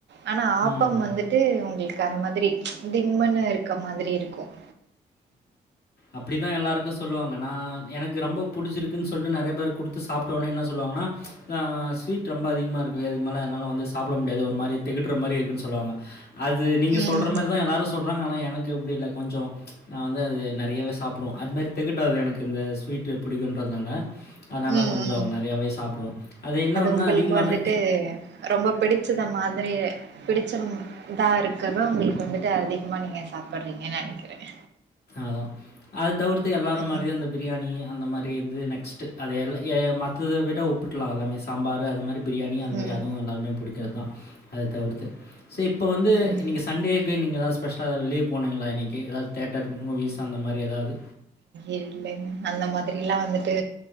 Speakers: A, on the right; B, on the left.
A: ஆனா ஆப்பம்
B: ம். ம்.
A: வந்துட்டு உங்களுக்கு அந்த மாதிரி திம்மன்னு இருக்க மாதிரி இருக்கும்
B: அப்படிதான் எல்லாருக்கும் சொல்லுவாங்க ந எனக்கு ரொம்ப புடிச்சிருக்குன்னு சொல்ட்டு நறைய பேர் கொடுத்து சாப்ட்ட உடனே என்ன சொல்லுவாங்கன்னா ஆ ஸ்விட் ரொம்ப அதிகமா இருக்கு இதுக்கு மேல என்னாலவந்து சாப்ட முடியாது ஒரு மாரி திகட்டுற மாதிரி இருக்கு சொல்லுவாங்க அது நீங்க
A: ம்.
B: சொல்ற மாரி தான் எல்லாரும் சொல்றாங்க ஆனா என் எனக்கு அப்படி இல்ல கொஞ்சம் நான் வந்து அது நறையாவே சாப்படுவ அது மாதிரி திகட்டாது எனக்கு இந்த ஸ்வீட்டு பிடிக்குன்றதுனால அதனால
A: ம்,
B: கொஞ்சம்
A: ம்.
B: நறையாவே சாப்படுவ அது என்ன ஒன்னா
A: உங்களுக்கு
B: அதிகமான
A: வந்துட்டு ரொம்ப பிடிச்சத மாதிரி பிடிச்ச ம் இதா இருக்கத உங்களுக்கு வந்துட்டு அதிகமா நீங்க சாப்பிடுறீங்கன்னு நினைக்கிறேன்
B: அதான் அது தவிர்த்து எல்லாரும்
A: ம்,
B: மாரியும் அந்த பிரியாணி அந்த மாரி இருந்து நெக்ஸ்ட் அத எல்லா மத்த விட ஒப்புடலாம் எல்லாமே சாம்பார் அது மாதிரி பிரியாணி அந்தமாரி
A: ம்,
B: அதுவும் எல்லாருமே புடிக்கிறதுதான் அது தவிர்த்து சே இப்போ வந்து
A: ம்.
B: இன்னைக்கு சண்டேக்கு நீங்க ஸ்பெசலா எதா வெளியே போனங்களா இன்றைக்கு ஏதாவது தேட்டர் மூவிஸ் அந்த மாதிரி ஏதாவது
A: இல்லைங்க அந்த மாதிரி எல்லா வந்துட்டு